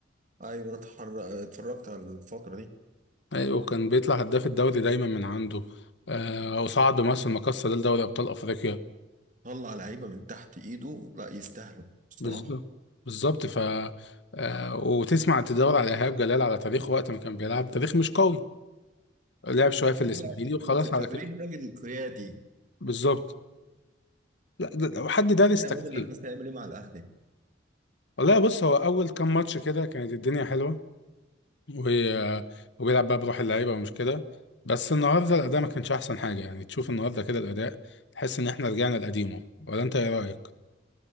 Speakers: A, on the right; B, on the left.
A: ايوه انا اتحر- اتفرجت على الفتره دي
B: ايوه وكان بيطلع هداف الدوري دايما من عنده آه وصعد بمصر المقاصة ده لدوري ابطال افريقيا
A: طلع لعيبه من تحت ايده لا يستاهلوا بصراحه
B: بالظبط بالظبط ف آه وتسمع تدور على ايهاب جلال على تاريخه وقت ما كان بيلعب تاريخ مش قوي لعب شويه في الاسماعيلي
A: لا
B: وخلاص
A: هو في التدريب
B: على كده
A: راجل قيادي
B: بالظبط لا ده لو حد دارس
A: فكرة
B: تكتيك
A: يا عماد ان احنا هيعمل ايه مع الاهلي
B: والله بص هو اول كام ماتش كده كانت الدنيا حلوه و- وبيلعب بقى بروح اللعيبه ومش كده بس النهارده الاداء ما كانش احسن حاجه يعني تشوف النهارده كده الاداء تحس ان احنا رجعنا لقديمه ولا انت ايه رايك